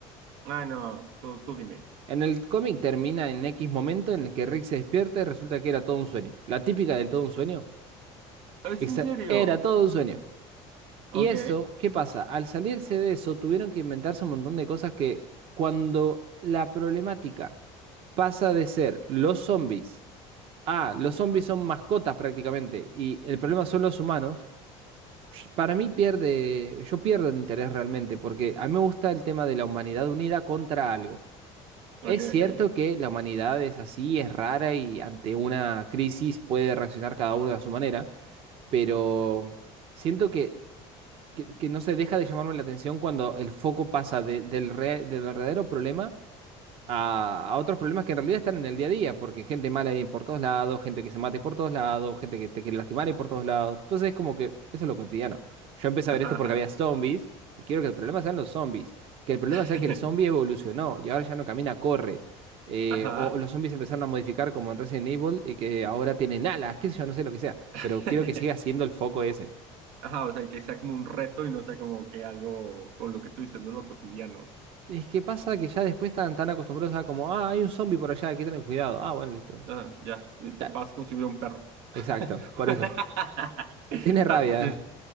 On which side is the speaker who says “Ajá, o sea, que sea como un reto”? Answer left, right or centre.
Right